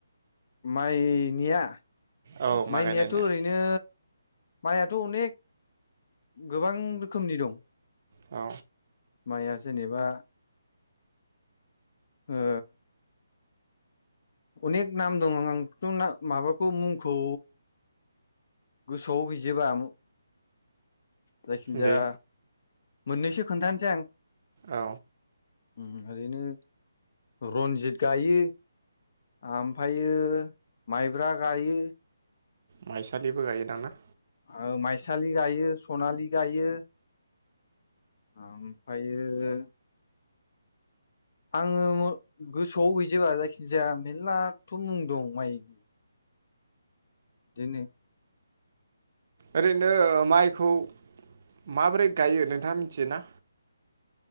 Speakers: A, on the left (about 45°); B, on the right (about 45°).
A: माइ निया
B: औ माइ
A: माइनियाथ
B: गायनायनिया
A: ओरैनो माइयाथ अनेक गोबां रोखोमनि दं
B: औ
A: माइया जेनेबा <inaudible> ओ अनेख नाम दं आंथ नाम माबाखौ मुंखौ गोसोआव गैजोबा जायखिनजाया
B: दे
A: मोननैसो खोन्थानोसै आं
B: औ
A: उम ओरैनो रनजित गायो ओमफायो माइब्रा गायो
B: माइसालिबो गायो दां ना?
A: ओ माइसालि गायो सनालि गायो ओमफ्रायो आङो गोसोआव गैजोबा जायखिजाया मेरलाथ मुं दं माइनि बिदिनो
B: ओरैनो माइखौ माबोरै गायो नोंथाङा मिनथियो ना?